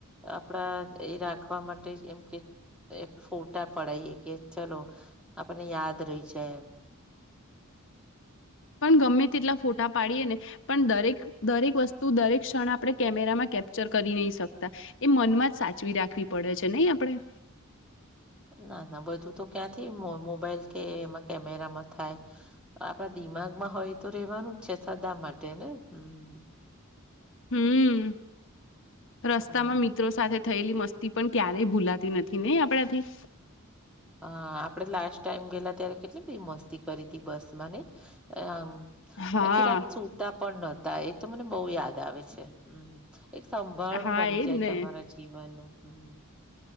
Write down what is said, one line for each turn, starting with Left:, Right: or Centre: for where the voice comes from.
Centre: આપણા એ રાખવા માટે એમ કે એ ફોટા પડાયએ કે ચલો આપણને યાદ રહી જાય.
Left: પણ ગમે તેટલા ફોટા પાડીએ ને પણ દરેક દરેક વસ્તુ દરેક ક્ષણ આપણે કેમેરામાં કેપ્ચર કરી નહી શકતા એ મનમાં જ સાચવી રાખવી પડે છે નહી આપડે?
Centre: ના ના બધું તો ક્યાંથી મોબાઈલ કે એમાં કેમેરામાં થાય આપડા દિમાગમાં હોય તો રેવાનું જ છે સદા માટે ને હમ.
Left: હમ રસ્તામાં
Centre: હમ્મ.
Left: મિત્રો સાથે થયેલી મસ્તી પણ ક્યારેય ભૂલાતી નથી નહી આપણાથી?
Centre: હ આપડે લાસ્ટ ટાઈમ ગયેલા ત્યારે કેટલી બધી મસ્તી કરી હતી બસમાં નહી? આમ
Left: હા
Centre: આખી રાત સૂતા પણ નહતા એ તો મને બહુ યાદ આવે છે. હમ એક સંભાણું
Left: હા
Centre: બની
Left: એજ
Centre: જાય
Left: ને
Centre: તમારા જીવનનું હમ.